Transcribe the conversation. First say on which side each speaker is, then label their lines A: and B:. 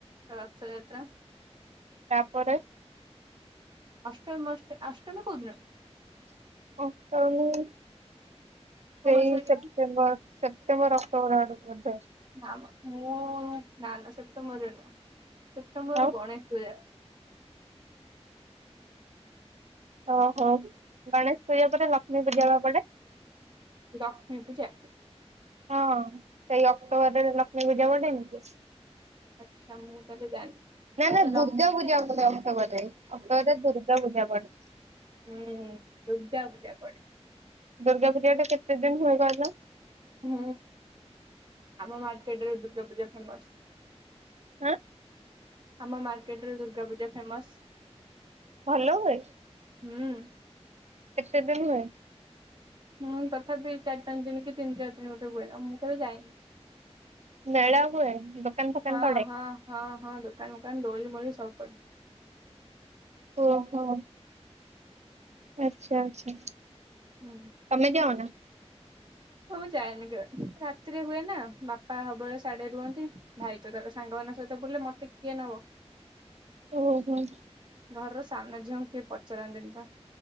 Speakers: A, on the right; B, on the right.
A: ରଥଯାତ୍ରା
B: ତାପରେ
A: ଅଷ୍ଟମ ଅଷ୍ଟ ଅଷ୍ଟମ କୋଉଦିନ?
B: <unintelligible>
A: କୋଉ
B: ସେଇ
A: ମାସରେ କେଜାଣି?
B: ସେପ୍ଟେମ୍ବର ସେପ୍ଟେମ୍ବର ଅକ୍ଟୋବର ଆଡକୁ ବୋଧ?
A: ନା ମ ମୁଁ ନା ନା ସେପ୍ଟେମ୍ବରରେ ନୁହଁ ସେପ୍ଟେମ୍ବରରେ
B: ଆଉ
A: ଗଣେଶ ପୂଜା।
B: ଓହୋ ଗଣେଶ ପୂଜା ପରେ ଲକ୍ଷ୍ମୀ ପୂଜବା ପେଡେ?
A: ଲକ୍ଷ୍ମୀ ପୂଜା।
B: ହଁ ସେଇ ଅକ୍ଟୋବର ରେ ଲକ୍ଷ୍ମୀ ପୂଜା ପେଡେ ନିକି?
A: ଆଚ୍ଛା ମୁଁ ତାଲେ ଜାଣିନି।
B: ନା
A: ଆଚ୍ଛା
B: ନା ଦୁର୍ଗା
A: ଲକ୍ଷ୍ମୀ
B: ପୂଜା ପଡେ ଅକ୍ଟୋବରରେ ଅକ୍ଟୋବରେ ଦୁର୍ଗା ପୂଜା ପଡେ।
A: ହୁଁ ଦୁର୍ଗାପୂଜା ପଡେ।
B: ଦୁର୍ଗା ପୂଜା ଟା କେତେ ଦିନ ହୁଏ କହିଲ?
A: ହୁଁ ଆମ ମାର୍କେଟରେ ଦୁର୍ଗା ପୂଜା ଫେମସ।
B: ଆଁ?
A: ଆମ ମାର୍କେଟ ରେ ଦୁର୍ଗା ପୂଜା ଫେମସ।
B: ଭଲ ହୁଏ?
A: ହୁଁ।
B: କେତେ ଦିନ ହୁଏ?
A: ହଁ ତଥାପି ଚାରି ପାଞ୍ଚ ଦିନ କି ତିନି ଚାରି ଦିନ ମଧ୍ୟ ହୁଏନା ମୁଁ କେବେ ଯାଇନି।
B: ମେଳା ହୁଏ ଦୋକାନ ଫୋକାନ
A: ହଁ
B: ପଡେ?
A: ହଁ ହଁ ହଁ। ଦୋକାନ ମକାନ ଦଳି ମଳି ସବୁ ପଡ଼
B: ଓହୋ ଆଚ୍ଛା ଆଚ୍ଛା।
A: ହୁଁ।
B: ତମେ ଯଅନା?
A: ମୁଁ ଯାଏନି କେବେ ରାତିରେ ହୁଏନା ବାପା ସବୁବେଳେ ସାଡେ ରୁହନ୍ତି ଭାଇ ତ ତାର ସାଙ୍ଗ ମାନଙ୍କ ସହିତ ବଲେ ମତେ କିଏ ନବ।
B: ଓହୋ।
A: ଘରର ସାନ ଝିଅକୁ କିଏ ପଚାରନ୍ତିନି ପା।